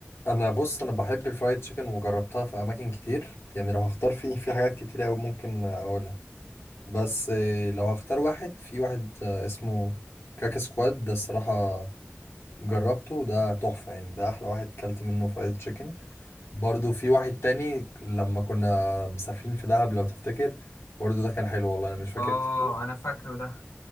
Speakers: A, on the left (about 60°); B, on the left (about 85°).
A: انا بص انا بحب الفرايد تشيكن وجربتها في اماكن كتير يعني لو هختار فيه في حاجات كتير قوي ممكن اقولها بس آه، لو هختار واحد في واحد آه، اسمه كاكا سكواد ده الصراحه جربته ده تحفة يعني ده أحلى واحد كلت منه فرايد تشيكن برضو في واحد تاني لما كنا مسافرين في دهب لو تفتكر برضو ده كان حلو والله أنا مش فاكر
B: اه
A: اسمه
B: انا فاكره ده